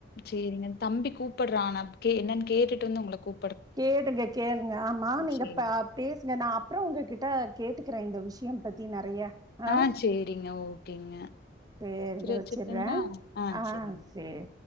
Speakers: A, on the left; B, on the right.
A: சரிங்க தம்பி கூப்பிடுறான்னா கே என்னன்ன கேட்டு வந்து உங்களை கூ
B: கேளுங்க கேளுங்க ஆமா நீங்க
A: சரி.
B: பேசுங்க நான் அப்பறோ உங்க கிட்ட கேட்டுக்கிற இந்த விஷயம் பத்தி நெறைய ஆ
A: ஆஹ் சேரிங்க ஓகேங்க
B: சேரிங்க
A: சரி வச்சுட்டுங்களா
B: வச்சிட்றே
A: ஆஹ்
B: ஆ
A: சரிங்க
B: சேரி